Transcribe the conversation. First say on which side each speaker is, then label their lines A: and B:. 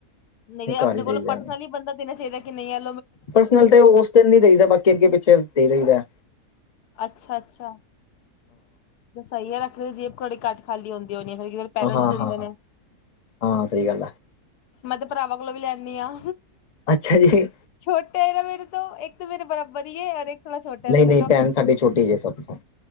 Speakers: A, on the left; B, on the left.
A: ਨਈ
B: ਘਰ
A: ਅਪਣੇ
B: ਹੀ ਦੇਈਦਾ
A: ਕੋਲੋਂ ਪਰਸਨਲੀ ਬੰਦਾ ਦੇਣਾ ਚਾਈਦਾ ਕਿ ਨਈ ਐ
B: ਪਰਸਨਲ ਤੇ ਉਸ ਦਿਨ ਨ ਦੇਈਦਾ ਬਾਕੀ ਅੱਗੇ ਪਿੱਛੇ ਦੇ ਦਈਦਾ
A: ਅੱਛਾ ਅੱਛਾ ਸਹੀ ਹੈ ਰੱਖੜੀ ਜੇਬ ਤੁਹਾਡੀ ਘਟ ਖਾਲੀ ਹੁੰਦੀ ਹੋਣੀ ਫਿਰ ਪੇਰੈਂਟਸ
B: ਹਾਂ
A: ਦਿੰਦੇ
B: ਹਾਂ
A: ਨੇ
B: ਹਾਂ ਹਾਂ ਸਹੀ ਗੱਲ ਹੈ
A: ਮੈਂ ਤੇ ਭਰਾਵਾਂ ਕੋਲੋਂ ਵੀ ਲੈਦੀ ਹਾਂ
B: ਅੱਛਾ ਜੀ
A: ਛੋਟੇ ਹੈ ਨਾ ਮੇਰੇ ਤੋਂ ਇੱਕ ਤਾਂ ਮੇਰੇ ਬਰਾਬਰ ਹੀ ਹੈ ਔ ਇੱਕ ਥੋੜਾ ਛੋਟਾ ਹੈ
B: ਨਹੀਂ
A: ਮੇਰੇ
B: ਨਹੀਂ
A: ਤੋਂ
B: ਭੈਣ ਸਾਡੀ ਛੋਟੀ ਜੇ ਸਭ ਤੋਂ